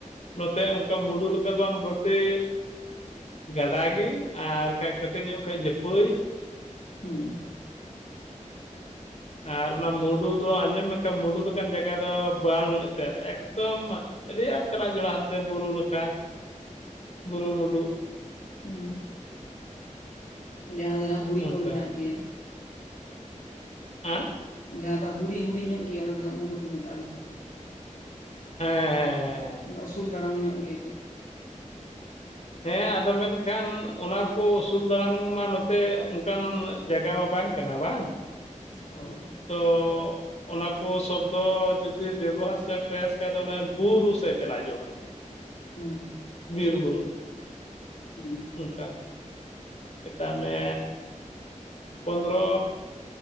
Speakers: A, on the left; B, on the left.
A: ᱱᱚᱛᱮ ᱚᱱᱠᱟ ᱢᱩᱰᱩ ᱞᱮᱠᱟ ᱵᱟᱢ ᱵᱟᱹᱲᱛᱤ ᱜᱟᱰᱟ ᱜᱮ ᱟᱨ ᱠᱷᱟᱡ ᱠᱟᱹᱴᱤᱡ ᱧᱚᱜ ᱠᱷᱟᱱ ᱡᱟᱹᱯᱟᱹᱭ᱾
B: ᱦᱩᱸ᱾
A: ᱟᱨ ᱚᱱᱟ ᱢᱩᱰᱩ ᱫᱚ ᱟᱸᱡᱚᱢ ᱢᱮᱠᱷᱟ ᱢᱩᱰᱩ ᱞᱮᱠᱟᱱ ᱡᱟᱭᱜᱟ ᱫᱚ ᱵᱟᱝ ᱮᱛᱮᱫ ᱮᱠᱫᱚᱢ ᱟᱹᱰᱤ ᱟᱸᱴ ᱪᱟᱞᱟᱜ ᱡᱩᱲᱩᱲᱟ ᱦᱟᱱᱛᱮ ᱵᱩᱨᱩ ᱱᱟᱠᱟ ᱵᱩᱨᱩ ᱢᱩᱰᱩ᱾
B: ᱦᱩᱸ ᱡᱟᱦᱟᱸ ᱨᱮᱱᱟᱜ ᱦᱩᱲᱤ
A: ᱚᱱᱠᱟ
B: ᱠᱚ ᱢᱮᱱᱟᱜ ᱜᱮᱭᱟ᱾
A: ᱟᱸ᱾
B: ᱡᱟᱦᱟᱸ ᱫᱚ ᱦᱩᱲᱤ ᱦᱩᱲᱤ ᱧᱚᱜ ᱜᱮᱭᱟ ᱚᱱᱟ ᱫᱚ ᱦᱟᱜ ᱢᱩᱰᱩ ᱯᱮ ᱢᱮᱛᱟᱜᱼᱟ ᱥᱮ ᱪᱮᱫ?
A: ᱦᱮᱸ
B: ᱱᱟ ᱩᱥᱩᱞ ᱫᱟᱲᱟᱝ ᱧᱚᱜ ᱜᱮ᱾
A: ᱦᱮᱸ, ᱟᱫᱚ ᱢᱮᱱᱠᱷᱟᱱ ᱚᱱᱟ ᱠᱚ ᱩᱥᱩᱞ ᱫᱟᱲᱟᱝ ᱢᱟ ᱱᱚᱛᱮ ᱚᱱᱠᱟᱱ ᱡᱟᱭᱜᱟ ᱢᱟ ᱵᱟᱝ ᱠᱟᱱᱟ ᱵᱟᱝ?
B: ᱦᱳᱭ᱾
A: ᱛᱚ ᱚᱱᱟ ᱠᱳ ᱥᱚᱵᱫᱚ ᱡᱩᱫᱤ ᱵᱮᱵᱚᱦᱟᱨ ᱥᱮ ᱯᱨᱮᱥ ᱠᱷᱟᱡ ᱫᱚ ᱚᱱᱮ ᱵᱩᱨᱩ ᱥᱮᱫ ᱪᱟᱞᱟᱜᱟ ᱡᱩᱲᱩᱲᱟ᱾
B: ᱦᱩᱸ᱾
A: ᱵᱤᱨ ᱵᱩᱨᱩ᱾
B: ᱦᱩᱸ᱾
A: ᱩᱱᱠᱟ᱾ ᱮᱴᱟᱜ ᱢᱮ ᱯᱚᱱᱫᱨᱚ